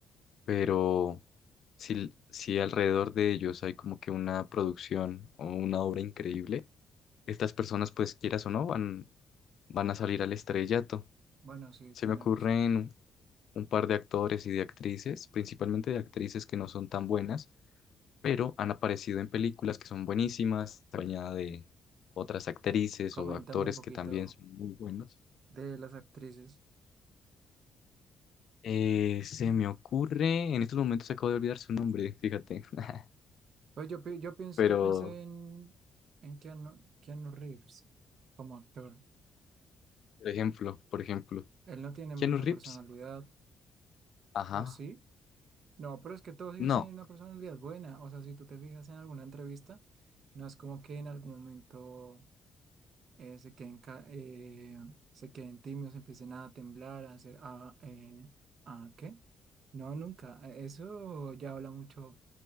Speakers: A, on the left; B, on the right.
A: pero si, si alrededor de ellos hay como que una producción o una obra increíble, estas personas, pues quieras o no, van, van a salir al estrellato.
B: bueno, sí,
A: Se
B: tienes
A: me ocurren
B: razón.
A: un par de actores y de actrices, principalmente de actrices que no son tan buenas, pero han aparecido en películas que son buenísimas, acompañada de otras actrices
B: Coméntame
A: o actores
B: un poquito
A: que también son muy buenos.
B: de las actrices.
A: Eh, se me ocurre, en estos momentos acabo de olvidar su nombre, fíjate, <laughs>
B: Pues yo, pi- yo, pienso,
A: pero,
B: yo pensé en, en Keanu, Keanu Reeves como actor.
A: por ejemplo, por ejemplo,
B: Él no tiene
A: Keanu
B: mucha
A: Reeves,
B: personalidad,
A: ajá,
B: ¿o sí? No, pero es que todos ellos
A: no,
B: tienen una personalidad buena. O sea, si tú te fijas en alguna entrevista, no es como que en algún momento eh, se queden, ca- eh, se queden tímidos, empiecen a temblar, a hacer, a, eh, ¿a qué? No, nunca. Eso ya habla mucho